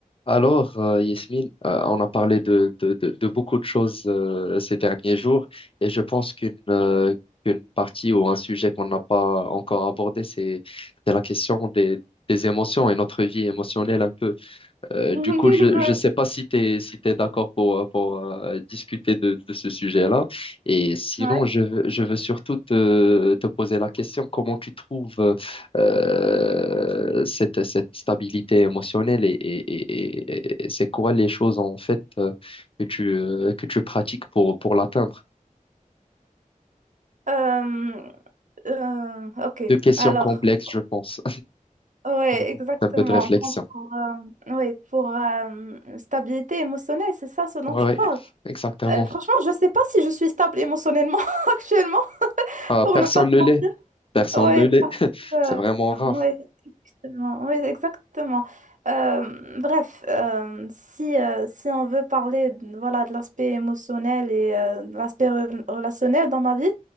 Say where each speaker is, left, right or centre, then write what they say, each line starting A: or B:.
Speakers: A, on the left; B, on the right.
A: Alors, euh, Yasmine, euh, on a parlé de, de, de, de beaucoup de choses euh, ces derniers jours et je pense qu'une euh, qu'une partie ou un sujet qu'on n'a pas encore abordé, c'est c'est la question des, des émotions et notre vie émotionnelle un peu. Euh,
B: <laughs>
A: du coup, je
B: Ouais,
A: ne sais pas si tu es, si t'es d'accord pour, euh, pour euh, discuter de, de ce sujet-là. Et sinon,
B: ouais.
A: je, veux- je veux surtout te, te poser la question, comment tu trouves euh, cette, cette stabilité émotionnelle et, et, et, et- et c'est quoi les choses en fait euh, que tu, euh, que tu pratiques pour, pour l'atteindre?
B: Euh, euh, ok.
A: Deux questions
B: Alors,
A: complexes, je pense.
B: ouais,
A: <laughs>
B: exactement.
A: Un peu de réflexion.
B: Bon, pour, euh, ouais, pour euh, stabilité émotionnelle, c'est ça ce dont
A: Oui,
B: tu parles.
A: exactement.
B: Euh, franchement, je sais pas si je suis stable émotionnellement <laughs> actuellement,
A: Ah,
B: pour
A: personne
B: ne pas te
A: ne
B: mentir.
A: l'est. Personne
B: Ouais,
A: ne l'est.
B: parce que, euh,
A: C'est vraiment rare.
B: ouais, exactement. Ouais, exactement. Euh, bref, euh, si, euh, si on veut parler, voilà, de l'aspect émotionnel et euh, de l'aspect re- relationnel dans ma vie.